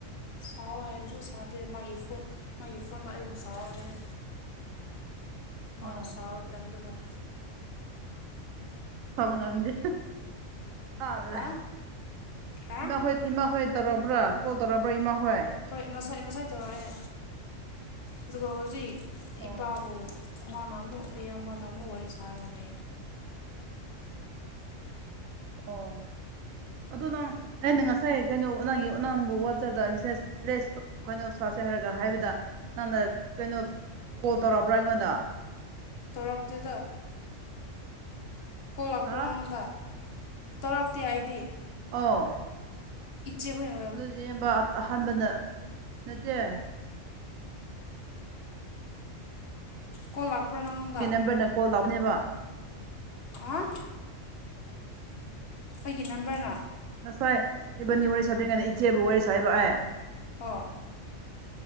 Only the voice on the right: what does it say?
ꯑꯣ
ꯁꯥꯕ ꯉꯝꯗꯦ ꯍ ꯑ
ꯂꯦ
ꯅꯍꯣꯏꯠ ꯏꯃꯥꯍꯣꯏ ꯇꯧꯔꯛꯕ꯭ꯔ ꯀꯣꯜ ꯇꯧꯔꯛꯕ꯭ꯔ ꯏꯃꯥꯍꯣꯏ
ꯑꯣ
ꯑꯣ ꯑꯗꯣ ꯅꯪ ꯑꯩꯅ ꯉꯁꯥꯏ ꯀꯩꯅꯣ ꯅꯪꯒꯤ ꯅꯪꯕꯨ ꯋꯥꯆꯞꯗ ꯃꯦꯁꯦꯁ ꯂꯦꯁ ꯀꯩꯅꯣ ꯆꯥꯁꯦ ꯍꯥꯏꯔꯒ ꯍꯥꯏꯕꯗ ꯅꯪꯅ ꯀꯩꯅꯣ ꯀꯣꯜ ꯇꯧꯔꯑꯕ꯭ꯔ ꯑꯩꯉꯣꯟꯗ
ꯍꯥ
ꯑꯣ
ꯑꯗꯨꯂꯤꯌꯦꯝꯕ ꯑꯍꯟꯕꯗ ꯅꯠꯇꯦ
ꯀꯦ ꯅꯝꯕꯔꯅ ꯀꯣꯜ ꯂꯥꯛꯄꯅꯦꯕ
ꯉꯁꯥꯏ ꯏꯕꯥꯅꯤ ꯋꯥꯔꯤ ꯁꯥꯗ꯭ꯔꯤꯉꯩꯗ ꯏꯆꯦꯕꯨ ꯋꯥꯔꯤ ꯁꯥꯥꯏꯕ ꯑꯥꯏ